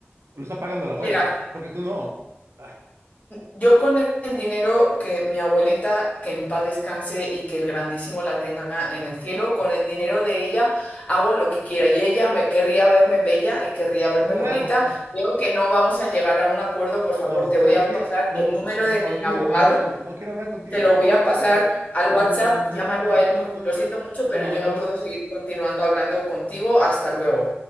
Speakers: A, on the right; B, on the left.
A: Lo está pagando la abuela,
B: Mira,
A: porque tú no. Ah,
B: Yo con el dinero que mi abuelita, que en paz descanse y que el grandísimo la tenga en el cielo,
A: y-
B: con el dinero de ella hago lo que quiera y ella me querría verme bella y querría verme
A: claro.
B: bonita.
A: ah,
B: Veo que no vamos a llegar a un
A: cla-
B: acuerdo, por favor,
A: no, sa-
B: te voy
A: ¿sabes
B: a
A: qué?
B: pasar
A: No,
B: el
A: no,
B: número
A: sa-
B: de
A: sa- olvida,
B: mi abogado,
A: olvídalo. No quiero hablar contigo.
B: te lo
A: No
B: voy
A: quiero.
B: a pasar
A: No,
B: al
A: no,
B: WhatsApp,
A: no, no, no,
B: llámalo
A: no, no,
B: a
A: no,
B: él
A: no,
B: porque
A: no,
B: lo siento mucho,
A: no. No,
B: pero yo
A: adiós.
B: no puedo seguir continuando hablando contigo. Hasta luego.